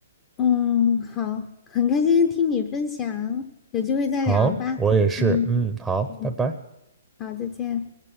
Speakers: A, on the left; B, in the centre.
A: 嗯，好，很开心听你分享，有机会再聊吧。
B: 好，我也是，
A: 嗯
B: 嗯，好，
A: 嗯，
B: 拜拜。
A: 好，再见。